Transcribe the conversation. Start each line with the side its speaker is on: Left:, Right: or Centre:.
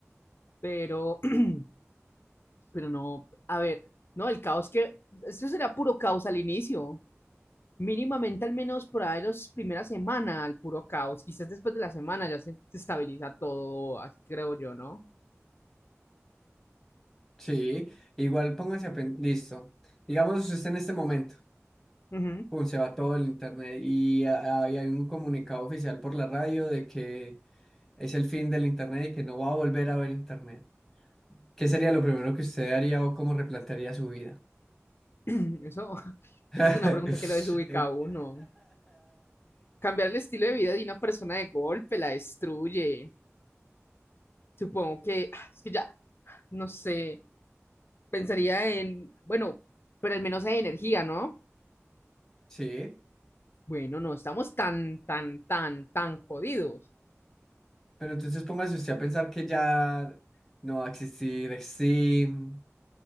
Left: Pero, <clears throat> pero no, a ver, no, el caos que, eso será puro caos al inicio. Mínimamente al menos por ahí las primeras semanas, el puro caos. Quizás después de la semana ya se se estabiliza todo, así creo yo, ¿no?
Centre: Sí, igual póngase a pen- listo. Digamos, usted en este momento,
Left: Ujú.
Centre: pum, se va todo el internet y a- hay hay un comunicado oficial por la radio de que es el fin del internet y que no va a volver a haber internet. ¿Qué sería lo primero que usted haría o cómo replantearía su vida?
Left: <clears throat> Eso, <laughs>
Centre: <laughs>
Left: eso es una pregunta que lo desubica a uno. Cambiar el estilo de vida de una persona de golpe la destruye. Supongo que, ah, es que ya, no sé, pensaría en, bueno, pero al menos hay energía, ¿no?
Centre: Sí,
Left: Bueno, no estamos tan, tan, tan, tan jodidos.
Centre: pero entonces póngase usted a pensar que ya no va a existir Steam,